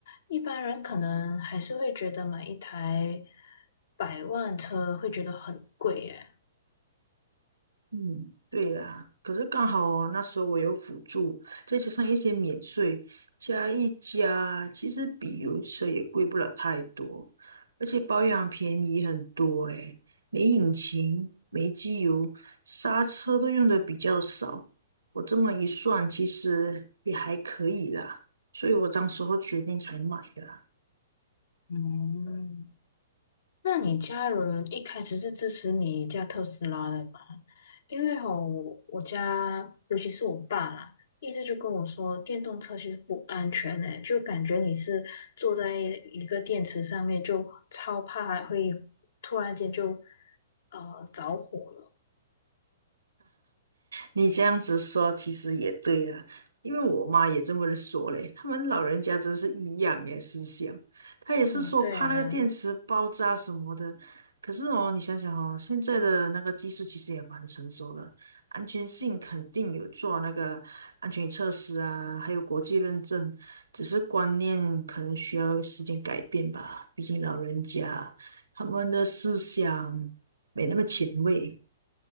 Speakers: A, on the left (about 65°); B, on the right (about 85°).
A: 一般人可能还是会觉得买一台百万车会觉得很贵耶。
B: 嗯，对呀，可是刚好哦，那时候我有辅助，再加上一些免税，加一加，其实比油车也贵不了太多，而且保养便宜很多诶，没引擎，没机油，刹车都用的比较少，我这么一算，其实也还可以啦，所以我当时候决定才买的。
A: 嗯。那你家人一开始是支持你驾特斯拉的吧？因为吼，我我家尤其是我爸啦，一直就跟我说电动车其实不安全诶、就感觉你是坐在一个电池上面，就超怕还会突然间就呃着火了。
B: 你这样子说其实也对啊，因为我妈也这么说嘞，他们老人家真是一样诶思想，她也是说怕那个电池爆炸什么的。
A: 嗯，对啊，
B: 可是哦，你想想哦，现在的那个技术其实也蛮成熟的，安全性肯定有做那个安全测试啊，还有国际认证，只是观念可能需要时间改变吧，毕竟老人家他们的思想没那么前卫。